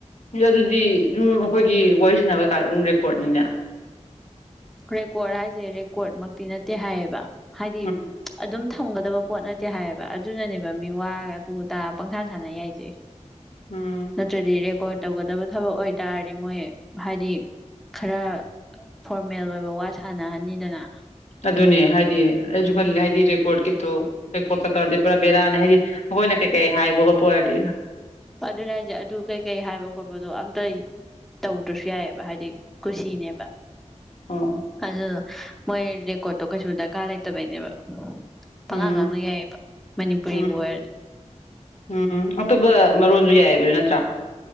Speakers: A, on the left; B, in the centre.
A: ꯑꯗꯨꯗꯤ ꯁꯨꯝ ꯑꯩꯈꯣꯏꯒꯤ ꯋꯥꯔꯤ ꯁꯥꯟꯅꯕ ꯀ ꯑꯗꯨꯝ ꯔꯦꯀꯣꯠꯅꯤꯅꯦ
B: ꯔꯦꯀꯣꯠ ꯍꯥꯏꯁꯦ ꯔꯦꯀꯣꯠ ꯃꯛꯇꯤ ꯅꯠꯇꯦ ꯍꯥꯏꯌꯦꯕ ꯍꯥꯏꯗꯤ
A: ꯎꯝ
B: ꯑꯗꯨꯝ ꯊꯝꯒꯗꯕ ꯄꯣꯠ ꯅꯥꯠ ꯌꯥꯏꯌꯦꯕ ꯑꯗꯨꯅꯅꯦꯕ ꯃꯤ ꯋꯥ ꯑꯗꯨ ꯇ ꯄꯪꯁꯥꯟ ꯁꯥꯟꯅ ꯌꯥꯏꯁꯦ
A: ꯎꯝ
B: ꯅꯠꯇꯔꯗꯤ ꯔꯦꯀꯣꯠ ꯇꯧꯒꯗꯕ ꯊꯕꯛ ꯑꯣꯏ ꯇꯥꯔꯗꯤ ꯃꯣꯏ ꯍꯥꯏꯗꯤ ꯈꯔ ꯃꯦꯜ ꯑꯣꯏꯕ ꯋꯥ ꯁꯥꯟꯅꯍꯟꯅꯤꯗꯅ
A: ꯑꯗꯨꯅꯦ ꯍꯥꯏꯗꯤ ꯑꯩꯁꯨ ꯈꯜꯂꯤꯅꯦ ꯍꯥꯏꯗꯤ ꯔꯦꯀꯣꯠꯀꯤ ꯔꯦꯀꯣꯠ ꯆꯠꯇꯧꯔꯗꯤ ꯄꯨꯔꯥ ꯕꯦꯔꯥꯅꯤ ꯍꯥꯏꯗꯤ ꯑꯩꯈꯣꯏꯅ ꯀꯩꯀꯩ ꯍꯥꯏꯕ ꯈꯣꯠꯄ ꯑꯣꯏꯔꯗꯤ
B: ꯑꯗꯨꯅ ꯍꯥꯏꯁꯦ ꯑꯗꯨ ꯀꯩꯀꯩ ꯍꯥꯏꯕ ꯈꯣꯠꯄꯗꯣ ꯑꯝꯇ ꯇꯧꯗ꯭ꯔꯁꯨ ꯌꯥꯏꯑꯦꯕ ꯍꯥꯏꯗꯤ ꯀꯨꯁꯤꯅꯦꯕ
A: ꯑꯣ
B: ꯊꯖꯤꯜꯂꯣ ꯃꯣꯏ ꯔꯦꯀꯣꯠꯇꯣ ꯀꯩꯁꯨ ꯗꯔꯀꯥꯔ ꯂꯩꯇꯕꯩꯅꯦꯕ ꯄꯉꯥꯡ
A: ꯎꯝ
B: ꯉꯥꯡꯅ ꯌꯥꯏꯑꯕ ꯃꯅꯤꯄꯨꯔꯤꯕꯨ
A: ꯎꯝ
B: ꯑꯣꯏꯔꯗꯤ
A: ꯎꯝ ꯑꯇꯣꯞꯄ ꯃꯔꯣꯟꯁꯨ ꯌꯥꯏꯑꯦꯕ ꯑꯗꯨ ꯅꯠꯇ꯭ꯔꯥ